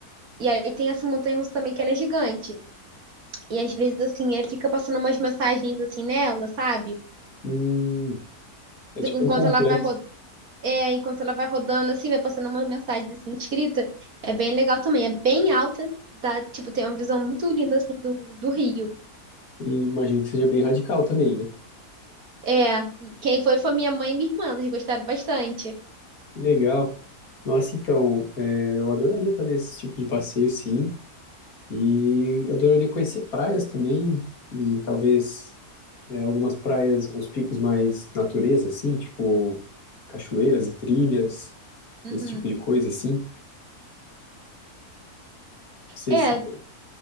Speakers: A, on the right (about 65°); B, on the left (about 65°).
A: E aí tem essa montanha-russa também que ela é gigante. E às vezes, assim, é, fica passando umas mensagens, assim, nela, sabe?
B: Hum,
A: Do-
B: é tipo
A: enquanto
B: um complexo.
A: ela vai É, enquanto ela vai rodando, assim, vai passando uma mensagem, assim, escrita. É bem legal também. É bem alta, dá, tipo, tem uma visão muito linda, assim, do, do Rio.
B: E imagino que seja bem radical também, né?
A: É, quem foi foi minha mãe e minha irmã, eles gostaram bastante.
B: Que Legal. Nossa, então, é, eu adoraria fazer esse tipo de passeio, sim. E adoraria conhecer praias também. E talvez é, algumas praias, uns picos mais natureza, assim, tipo cachoeiras e trilhas,
A: Uhum.
B: esse tipo de coisa, assim. Não sei
A: É,
B: se tem.